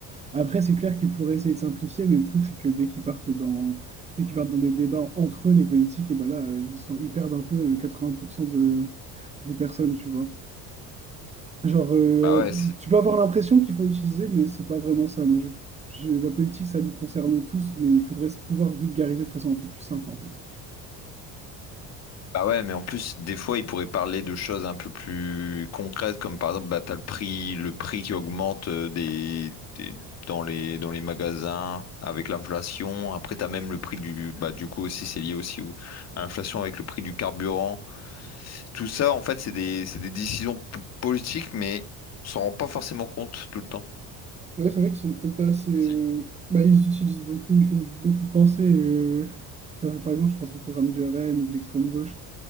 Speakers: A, on the right (about 20°); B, on the left (about 45°).
A: Après, c'est clair qu'ils pourraient essayer de simplifier, mais le truc, c'est que dès qu'ils partent dans, dès qu'ils partent dans des débats entre eux, les politiques, et ben là, euh, ils sont, ils perdent un peu euh, 80% de, des personnes, tu vois. Genre, euh,
B: bah ouais,
A: tu peux avoir l'impression qu'il faut utiliser, mais c'est pas vraiment ça. Moi, je- je- la politique, ça nous concerne tous, mais il faudrait se- pouvoir vulgariser de façon un peu plus simple, en fait.
B: Bah ouais, mais en plus, des fois, ils pourraient parler de choses un peu plus concrètes, comme par exemple, bah, t'as le prix, le prix qui augmente euh, des, des- dans les, dans les magasins avec l'inflation. Après, t'as même le prix du, bah, du coup aussi, c'est lié aussi au- à l'inflation avec le prix du carburant. Tout ça, en fait, c'est des, c'est des décisions p- politiques, mais on s'en rend pas forcément compte tout le temps.
A: Ouais, c'est vrai qu'ils sont peut-être pas assez. euh,
B: Si.
A: Bah, ils utilisent beaucoup, ils font beaucoup penser. euh, bah, par exemple, je pense au programme du RN ou de l'extrême gauche,